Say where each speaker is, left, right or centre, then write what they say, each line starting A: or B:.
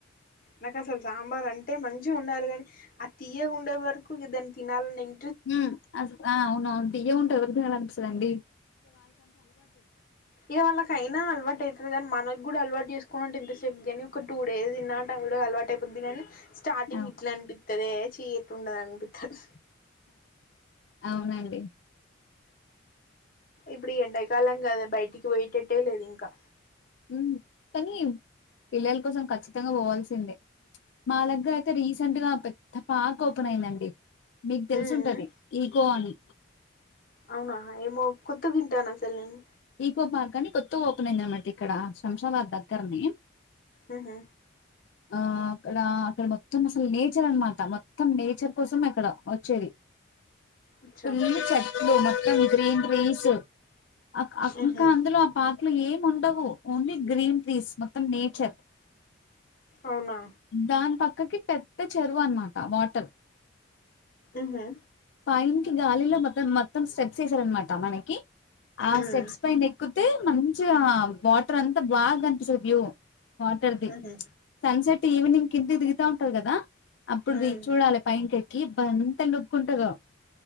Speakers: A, on the left; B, on the left.
A: నాకు అసలు సాంబార్ అంటే మంచిగా ఉండాలి గాని ఆ తియ్య ఉండే వరకు దాన్ని తినాలని ఇం
B: హ అస్ ఆ అవును తియ్యగ ఉంట తినాలనిపిస్తది అండి
A: ఇగ వాళ్ళకయినా అలవాటు అయితాది గాని మనో గూడా అలవాటు చేసుకో అంటే ఎంతేపు గాను ఒక టూ డేస్ దిన్న అంట గుడు అలవా <unintelligible> వొద్దు గాని స్టార్టింగ్
B: ఆ!
A: ఇట్లా అనిపిత్ ఉత్తదే చీ ఎట్లుండాది అనిపిత్తాది
B: అవునండి
A: ఇబ్బుడు ఈ ఎండాకాలం కదా బయటికి పోయేటట్టే లేదు ఇంకా
B: ఉ కానీ పిల్లల కోసం ఖచ్చితంగా పోవాల్సిందే మా లగ్గ అయితే రీసెంట్ గా పెద్ద పార్క్ ఓపెన్ అయిందండి మీకు తెలుసు
A: ఉమ్
B: ఉంటది
A: ఉమ్
B: ఈకో అని
A: అవునా ఏమో కొత్తగింటన్న అసలు నేను
B: ఈకో పార్క్ అని కొత్తగా ఓపెన్ అయిందనమాట ఇక్కడ శంషాబాద్ దగ్గరనె
A: ఉహు
B: ఆ అక్కడ అక్కడ మొ మొత్తం అసలు నేచర్ అనమాట మొత్తం నేచర్ కోసం అక్కడ వచ్చేది
A: అచ్చా
B: ఫుల్లు చెట్లు మొ త్తం గ్రీన్ ట్రీసు అక్ అక్
A: ఉహు
B: ఇంకా అందులో ఆ బాగ్ అట్లు ఏం ఉండవు. ఓన్లీ గ్రీన్ ట్రీస్ మొత్తం నేచర్.
A: అవునా
B: దాన్ పక్కకి పెద్ద చెరువు అన్మాట వాటర్.
A: ఊహు
B: పైన్ కి గాలిలో మత్త మొత్తం స్టెప్ ప్స్ ఏసారనమాట మనకీ. ఆ
A: ఉమ్
B: స్టెప్స్ పైన ఎక్కుతే మంచిగా వాటర్ అంతా బాగా కనిపిస్తది వ్యూ. వాటర్ ది.
A: ఉహు
B: సన్సెట్ ఈవినింగ్ కిందిక్ దిగుతా ఉంటరు గదా. అప్పుడు
A: ఉమ్
B: దిగి చూడాలే పైన్కి ఎక్ కీ బంతలుక్ కుంటగా